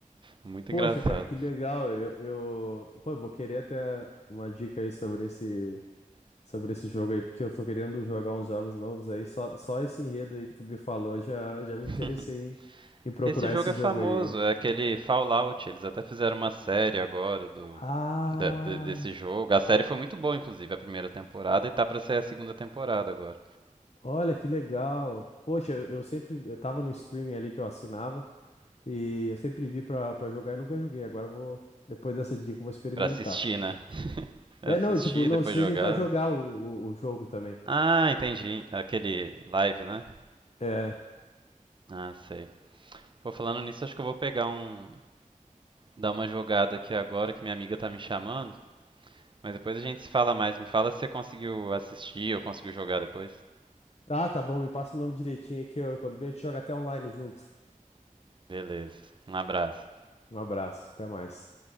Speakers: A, on the right; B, on the left.
A: É Muito
B: Poxa,
A: engraçado.
B: cara, que legal. Eu, eu... Pô, eu vou querer até uma dica aí sobre esse, sobre esse jogo aí, porque eu tô querendo jogar uns jogos novos aí. Só, só esse enredo aí que tu me falou já, já me
A: <laughs>
B: interessei em, em procurar
A: Esse jogo
B: esse jogo
A: é famoso,
B: aí, viu?
A: é aquele Fallout. Eles até fizeram uma série agora do.
B: Ah,
A: de- de- desse jogo. A série foi muito boa, inclusive, a primeira temporada, e tá pra sair a segunda temporada agora.
B: olha que legal. Poxa, eu, eu sempre eu tava no streaming ali que eu assinava e eu sempre vi pra, pra jogar e nunca joguei. Agora eu vou, depois dessa dica, eu vou experimentar.
A: Pra assistir, né? Assistir,
B: É, não, tipo, não,
A: depois
B: streaming
A: jogar.
B: pra jogar o, o, o jogo também.
A: Ah, entendi. Aquele live, né?
B: É.
A: Ah, sei. Pô, falando nisso, acho que eu vou pegar um. dar uma jogada aqui agora que minha amiga tá me chamando. Mas depois a gente se fala mais. Me fala se você conseguiu assistir ou conseguiu jogar depois.
B: Ah, tá bom, me passa o nome direitinho aqui. ó, Quando vem, a gente joga até online junto.
A: Beleza. Um abraço.
B: Um abraço, até mais.